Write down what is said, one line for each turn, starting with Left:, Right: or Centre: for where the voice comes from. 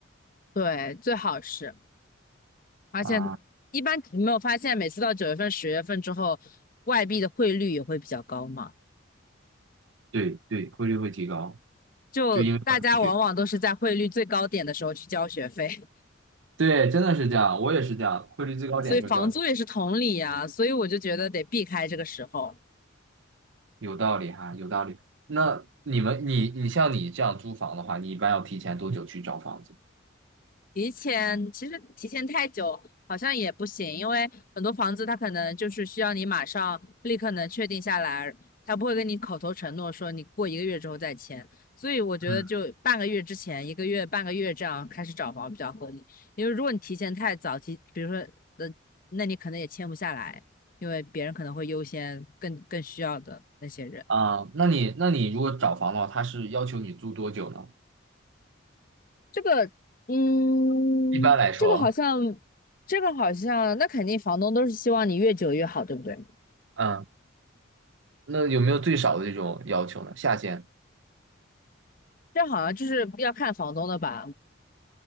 Left: 对，最好是，而且
Right: 啊，
Left: 一般你没有发现，每次到九月份、十月份之后，外币的汇率也会比较高嘛？
Right: 对对，汇率会提高，
Left: 就大家往往都是在汇率最高点的时候去交学费，
Right: 就因为要入学。对，真的是这样，我也是这样，汇率最高点就交。
Left: <laughs> 所以房租也是同理呀、所以我就觉得得避开这个时候。
Right: 有道理哈，有道理。那你们，你你像你这样租房的话，你一般要提前多久去找房子
Left: 提前其实提前太久好像也不行，因为很多房子它可能就是需要你马上立刻能确定下来，他不会跟你口头承诺说你过一个月之后再签，所以我觉得就半个月之前，
Right: 嗯，
Left: 一个月半个月这样开始找房比较合理，因为如果你提前太早提，比如说呃，那你可能也签不下来，因为别人可能会优先更更需要的那些人。
Right: 啊？那你那你如果找房的话，他是要求你租多久呢？
Left: 这个，嗯，
Right: 一般来说，
Left: 这个好像，这个好像，那肯定房东都是希望你越久越好，对不对？
Right: 嗯，那有没有最少的这种要求呢？下限？
Left: 这好像就是要看房东的吧，